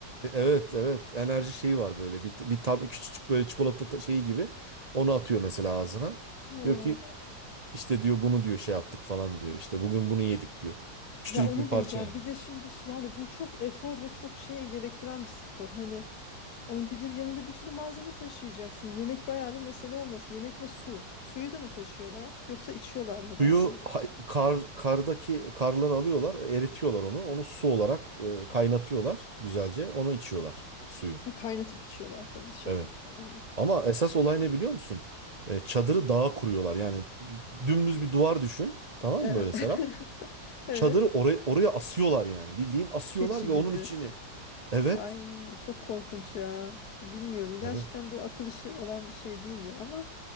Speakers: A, on the right; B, on the left.
A: evet evet enerji şeyi var böyle. Bir, bir tab küçücük böyle çikolata ta- şeyi gibi. Onu atıyor mesela ağzına.
B: Ha,
A: Diyor ki işte diyor bunu diyor şey yaptık falan diyor. İşte bugün bunu yedik diyor. Küçücük
B: ya onu
A: bir parça
B: diyeceğim.
A: yani.
B: Bir de şimdi ş- yani bu çok efor ve çok şey gerektiren bir spor. Hani onun bir de yanında bir sürü malzeme taşıyacaksın. Yemek bayağı bir mesele olması. Yemek ve su. Suyu da mı taşıyorlar? Yoksa içiyorlar mı daha
A: Suyu
B: da?
A: ha- kar, kardaki karları alıyorlar, eritiyorlar onu. Onu su olarak e, kaynatıyorlar güzelce. Onu içiyorlar suyu.
B: Ha, kaynatıp içiyorlar tabii şey
A: Evet.
B: olmaz.
A: Ama esas olay ne biliyor musun? E, çadırı dağa kuruyorlar. Yani dümdüz bir duvar düşün. Tamam
B: Evet.
A: mı böyle Serap?
B: <laughs> Evet.
A: Çadırı oraya, oraya asıyorlar yani. Bildiğin asıyorlar
B: Keçi
A: ve
B: gibi.
A: onun içini. Evet.
B: Ay çok korkunç ya. Bilmiyorum. Gerçekten
A: Evet.
B: bu akıl işi olan bir şey değildi ama